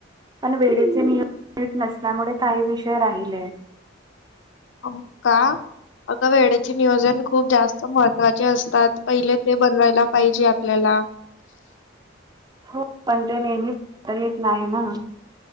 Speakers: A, on the right; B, on the left.
A: पण वेळेचे नियम <unintelligible> नसल्यामुळे काही विषय राहिले
B: हो का अगं वेळेचे नियोजन खूप जास्त महत्त्वाचे असतात पहिले ते बनवायला पाहिजे आपल्याला.
A: <inaudible> हो पण ते नेहमी <unintelligible> नाही ना